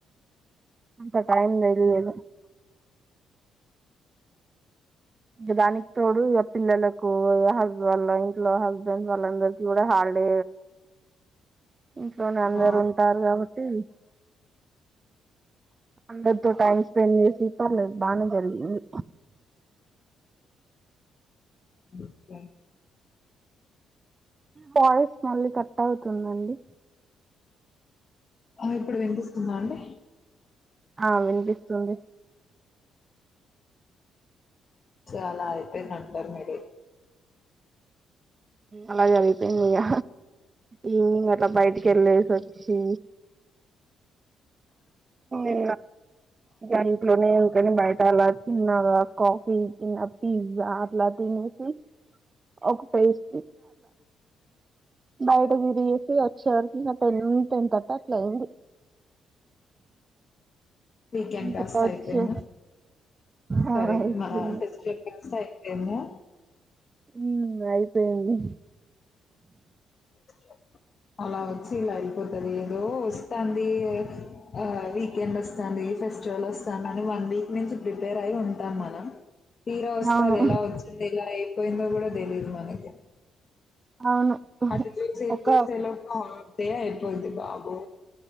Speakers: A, on the right; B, on the left.
A: అంత టైమ్లిదు ఇ దానికి తోడు ఇ పిల్లలకు వల్ల ఇంట్లో హస్బెండ్ వాళ్ళందరికీ కూడా హాలిడే ఇంట్లోనే అందరుూ
B: ఆ,
A: ఉంటారు కాబట్టి అందరితో టైం స్పెండ్ చేసి ప బాగానే జరిగింది
B: ఓకే.
A: పాయిస్ మళ్ళీ కట్ అవుతుందండి
B: ఇప్పుడు వినిపిస్తుందా అండి
A: ఆ వినిపిస్తుంది
B: సాలా అయితేందింటారు మీది
A: అలాగ అయిపోయింది ఇగ ఈవినింగ్ అలా బయటికి వెళ్ళేసి వచ్చి ఇ జట్లోనే అని బయటాల తిన్నాలా కాఫీ కి పిజ్జా లా తీనిసి ఒక పేష్ బయటగిరి ఎసి వచ్చవర్ టెన్ టెన్ అట్ లవ్ మరి
B: వీకెండ్
A: ఇంకా
B: కాస్తా
A: వచ్చే
B: అయిపోయిందా
A: ఆ
B: సరే
A: అయిపోయింది
B: మా ఫెస్టివల్ కాస్త అయిపోయిందా
A: ఊ ఇంగ అయిపోయింది
B: <inaudible> అలా వచ్చ్ ఇలా అయిపోతాది ఏదో వస్తాంది ఆ వీకెండ్ వస్తాంది ఫెస్టివల్ వస్తాంది అని వన్ వీక్ నుంచి ప్రిపేర్ అయి ఉంటాన్నాను తీరా వస్తాది
A: అవును
B: ఎలా వచ్చింది ఎలా ఐ ట్లైయ్యిందో కూడా తెలియదు మనకి
A: అవును
B: అటు చేసి ఇటు
A: ఒక
B: చేసే లోపు <inaudible> ఆయిపోద్ది బాబు